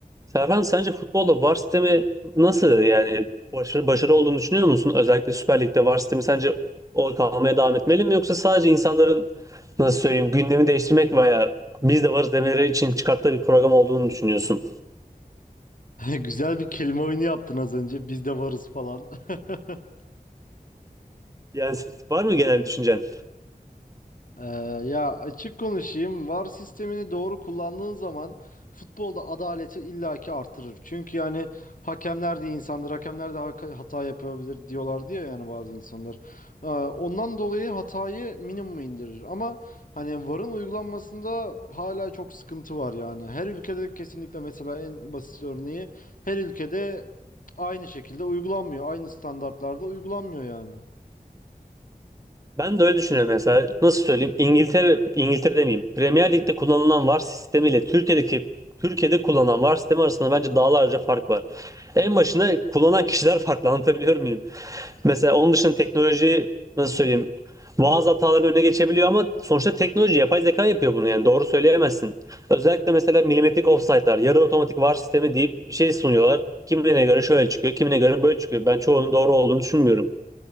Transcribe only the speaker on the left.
<laughs> Güzel bir kelime oyunu yaptın az önce. Biz de varız falan. <laughs>
Ee, ya açık konuşayım. VAR sistemini doğru kullandığın zaman futbolda adaleti illaki artırır. Çünkü yani hakemler de insandır. Hakemler de haka- hata yapabilir diyorlar diye yani bazı insanlar. Ee, ondan dolayı hatayı minimuma indirir. Ama hani VAR'ın uygulanmasında hala çok sıkıntı var yani. Her ülkede kesinlikle mesela en basit örneği her ülkede aynı şekilde uygulanmıyor. Aynı standartlarda uygulanmıyor yani.